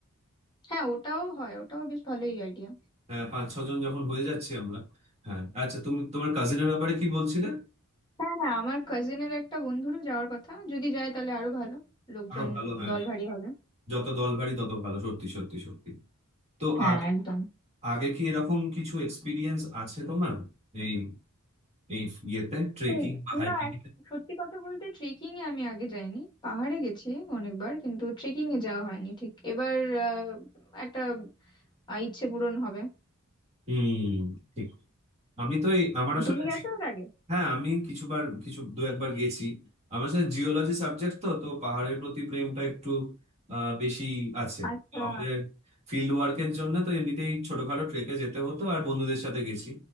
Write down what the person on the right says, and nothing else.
হ্যাঁ পাঁচ ছজন যখন হয়ে যাচ্ছি আমরা হ্যাঁ আচ্ছা তুমি তোমার কাজিনের ব্যাপারে কি বলছিলে
আরো ভালো হ্যাঁ
যত দল ভারী তত ভালো সত্যি সত্যি সত্যি তো
আগে
আগে কি এরকম কিছু এক্সপিরিয়েন্স আছে তোমার এই এই ইয়েতে ট্রেকিং
বা হাইকিং
হুম ঠিক আমি তো এই আমার আসলে
হ্যাঁ আমি কিছুবার কিছু দু একবার গেছি আমার সাথে জিওলজি সাবজেক্ট তো তো পাহাড়ের প্রতি প্রেমটা একটু আহ, বেশি আছে
তো আমাদের ফিল্ড ওয়ার্কের জন্য তো এমনিতেই ছোটখাটো ট্রেকে যেতে হতো আর বন্ধুদের সাথে গেছি